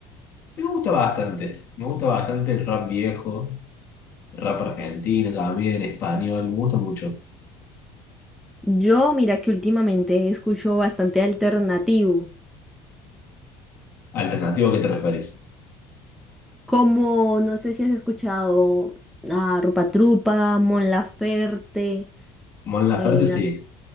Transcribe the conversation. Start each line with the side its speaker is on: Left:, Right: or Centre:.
Left: Me gusta bastante. Me gusta bastante el rap viejo, rap argentino también, español, me gusta mucho.
Centre: Yo, mira que últimamente escucho bastante alternativo.
Left: ¿Alternativo a qué te refieres?
Centre: Como, no sé si has escuchado a Rupa Trupa, Mon Laferte,
Left: Mon Laferte,
Centre: eh, Na-
Left: sí.